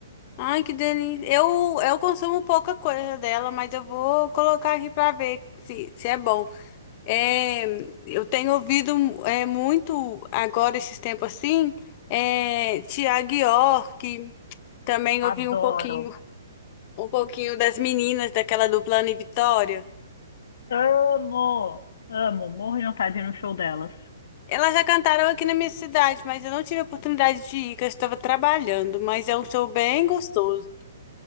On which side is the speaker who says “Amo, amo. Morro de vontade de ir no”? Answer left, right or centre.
Left